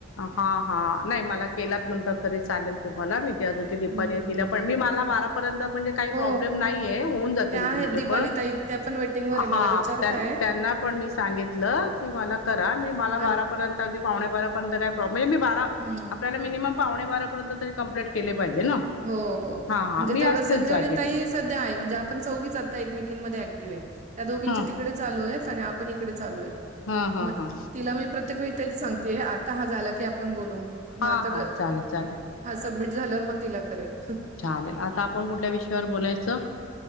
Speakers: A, on the left; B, on the right.
A: हा-हा नाही मला केलात नंतर तरी चालेल तुम्हाला मी ती अजून ती दीपाली
B: हं.
A: आहे, तिला पण मी मला बारापर्यंत म्हणजे काही प्रॉब्लेम
B: हो.
A: नाहीये होऊन जातील
B: त्या आहेत
A: तुमचे
B: दीपाली
A: पण,
B: ताई त्या पण वेटिंगवर
A: हा
B: आहे. मला विचारतायेत.
A: त्यांना पण मी सा सांगितलं की मला करा, मी मला
B: आत
A: बारापर्यंत अगदी पावणे बारापर्यंत काय प्रॉब्लेम नाही मी बारा
B: हम्म,
A: आपल्याला मिनिमम पावणे बारापर्यंत तरी कंप्लीट केले पाहिजे ना.
B: हो-हो
A: हा हा
B: म्हणजे
A: मी
B: तेवढं
A: असतेच
B: संजीवनी
A: जागे.
B: ताईस सध्या आहे म्हणजे आपण चौघीच आता एकमेकींमध्ये ऍक्टिव्ह ये, त्या दोघींचे
A: हा
B: तिकडे चालू येत आणि आपण इकडे चालू येत,
A: हा हा
B: म
A: हा.
B: तिला मी प्रत्येक वेळी तेच सांगतीये आता हा झाला की आपण बोलू. मग
A: हा-हा,
B: आता तर
A: चालेल-चालेल.
B: हा सबमिट झाल्यावर म तिला करेल.
A: चालेल आता आपण कुठल्या विषयावर बोलायचं?